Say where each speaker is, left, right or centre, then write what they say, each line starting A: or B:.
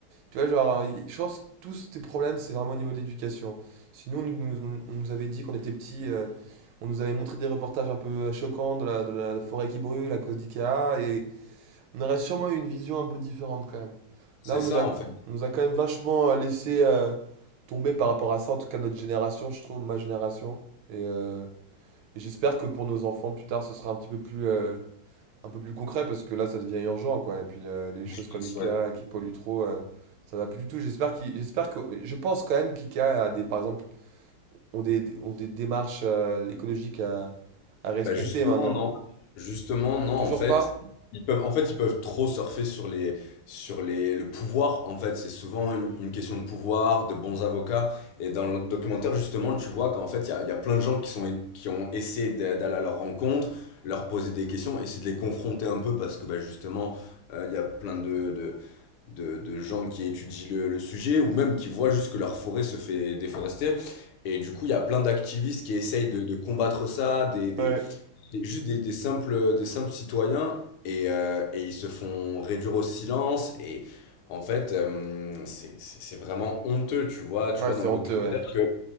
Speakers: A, on the right; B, on the left.
A: tu vois, genre, je pense que tous tes problèmes, c'est vraiment au niveau de l'éducation. Si nous, on, nous on nous avait dit qu'on était petits, euh, on nous avait montré des reportages un peu euh, choquants de la, de la forêt qui brûle à cause d'IKEA, et on aurait sûrement eu une vision un peu différente quand même.
B: c'est
A: Là, on nous
B: ça,
A: a,
B: en fait.
A: on nous a quand même vachement euh, laissé euh, tomber par rapport à ça, en tout cas notre génération, je trouve, ma génération. Et, euh, et j'espère que pour nos enfants, plus tard, ce sera un petit peu plus, euh, un peu plus concret parce que là ça devient urgent quoi et puis euh, les choses
B: Je
A: comme
B: leur souhaite.
A: Ikea qui polluent trop euh, ça va plus du tout j'espère qu'il j'espère que je pense quand même qu'Ikea a des par exemple ont des des- ont des démarches euh, écologiques à, à respecter
B: Bah justement
A: maintenant
B: non. Justement non
A: toujours
B: en fait,
A: pas
B: ils peuvent en fait ils peuvent trop surfer sur les sur les le pouvoir en fait, c'est souvent une, une question de pouvoir, de bons avocats et dans le documentaire justement, tu vois qu'en fait il y a, il y a plein de gens qui sont qui ont essayé d'a- d'aller à leur rencontre, leur poser des questions, essayer de les confronter un peu parce que bah justement euh, il y a plein de, de de, de gens qui étudient le, le sujet ou même qui voient juste que leur forêt se fait déforester. Et du coup, il y a plein d'activistes qui essayent de, de combattre ça, des, des,
A: Ouais.
B: des- juste des, des simples, des simples citoyens et, euh, et ils se font réduire au silence et en fait euh, c'est c'est- c'est vraiment honteux tu vois tu
A: ouais
B: vois
A: c'est
B: dans le
A: honteux
B: documentaire
A: ouais
B: que